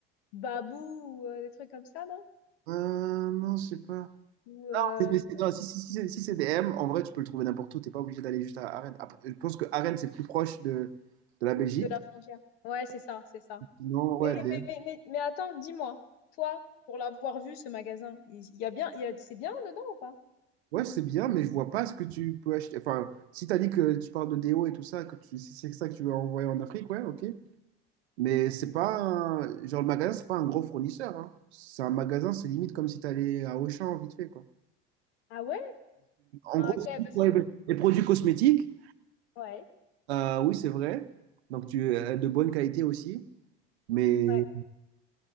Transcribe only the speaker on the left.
Babou ou euh, des trucs comme ça, non?
Ou euh,
de la frontière. Ouais, c'est ça, c'est ça.
Mais,
mais, mais, mais, mais attends, dis-moi, toi, pour l'avoir vu, ce magasin, il il y a bien, il y a, c'est bien dedans ou pas?
Ah ouais?
Ah
ok,
parce
que...
Ouais.
Ouais.